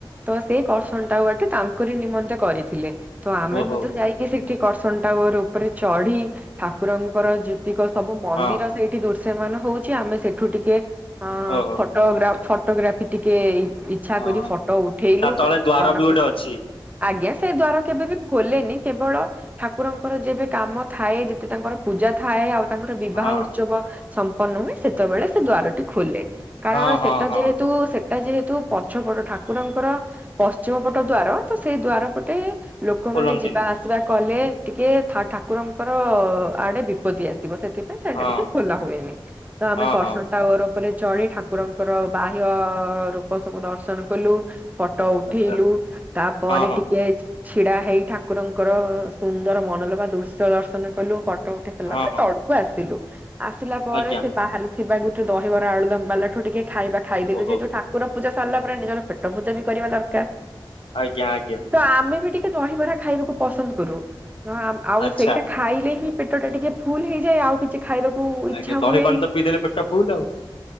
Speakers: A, on the right (about 20°); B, on the left (about 80°).
A: ତ ସେଇ କର୍ଷଣ ଟାକୁ ଗଟେ ତାଙ୍କରି ନିମନ୍ତେ କରିଥିଲେ ତ ଆମେ
B: ଓହୋ
A: ମଧ୍ୟ ଯାଇକି ସେଠି କର୍ସନ ଟାଗର ଉପରେ ଚଢି ଠାକୁରଙ୍କର ଯେତିକ ସବୁ ମନ୍ଦିର
B: ହଁ
A: ସେଇଠି ଦୁର୍ଶ୍ୟମାନ ହଉଛି ଆମେ ସେଠୁ ଟିକେ ଅ
B: ଓହୋ
A: ଫଟୋଗ୍ରାଫ ଫଟୋଗ୍ରାଫି ଟିକେ ଇଚ୍ଛା
B: ହଁ
A: କରି ଫଟୋ ଉଠେଇଲୁ
B: ତା ତଳେ ଦ୍ୱାର
A: ମ
B: ବି ଗୋଟେ ଅଛି
A: ଆଜ୍ଞା ସେ ଦ୍ଵାର କେବେ ବି ଖୋଲେନି କେବଳ ଠାକୁରଙ୍କର ଯେବେ କାମ ଥାଏ ଯେଦି ତାଙ୍କର ପୂଜା ଥାଏ ଆଉ ତାଙ୍କର ବିବାହ
B: ହଁ
A: ଉତ୍ସବ ସମ୍ପନ୍ନ ହୁଏ ସେତେବେଳେ ସେ ଦ୍ଵାରଟି ଖୋଲେ। କାରଣ
B: ହଁ ହଁ
A: ସେଟା
B: ହଁ
A: ଯେହେତୁ ସେ ଏଟା ଯେହେତୁ ପଛ ପଟ ଠାକୁରଙ୍କର ପଶ୍ଚିମ ପଟ ଦ୍ଵାର ତ ସେଇ ଦଵାର ପଟେ ଲୋକମାନେ
B: ଖୋଲନ୍ତିନି
A: ଯିବା ଆସିବା କଲେ ଟିକେ ଠା-ଠାକୁରଙ୍କର ଆଡେ ବିପତ୍ତି ଆସିବ ସେ ସୋ
B: ହଁ
A: ଟିକେ ଖୋଲା ହୁଏନି ତ ଆମେ
B: ହଁ
A: କରର୍ସନ
B: ହଁ
A: ଟାର ଉପରେ ଚଢି ଠାକୁ କୁାକୁରଙ୍କର ବାହ୍ୟ ରୂପ ସବୁ ଦର୍ଶନ କଲୁ। ଫଟୋ ଉଠେଇଲୁ
B: ଆଚ୍ଛା
A: ତାପରେ
B: ହଁ ହଁ
A: ଟିକେ ଛିଡା ହେଇ ଠାକୁରଙ୍କର ସୁନ୍ଦର ମନଲୋଭା ଦୃଶ୍ୟ ଦର୍ଶନ କଲୁ ଫଟୋ ପଠେଇ ସାରିଲା
B: ହଁ
A: ପରେ
B: ହଁ
A: ତଳକୁ ଆସିଲୁ ଆସିଲା ପରେ
B: ଆଜ୍ଞା
A: ସେ ବାହାରେ ଥିବା ଗୋଟେ ଦହିବରା, ଆଳୁଦମ୍ ଵାଲା ଠୁ ଟିକେ ଖାଇବା ଖାଇଦଲୁ
B: ଓହୋ
A: ଯେହେତୁ ଠାକୁର ପୂଜା ସରିଲା ପରେ ନିଜର ପେଟ ପୂଜ ବି କରିବା ଦରକାର।
B: ଆଜ୍ଞା ଆଜ୍ଞା।
A: ତ ଆମେ ବି ଟିକେ ଦହିବରା ଖାଇବାକୁ ପସନ୍ଦ କରୁ। ଆଉ
B: ଆଚ୍ଛା
A: ସେଇଟା ଖା ଖାଇଲେ ହିଁ ପେଟ ଟା ଟିକେ ଫୁଲ ହେଇଯାଏ ଆଉ କିଛି ଖାଇବାକୁ ଇଚ୍ଛା
B: ଆଜ୍ଞା ଦହି
A: ହୁଏନି।
B: ପାଣି <unintelligible>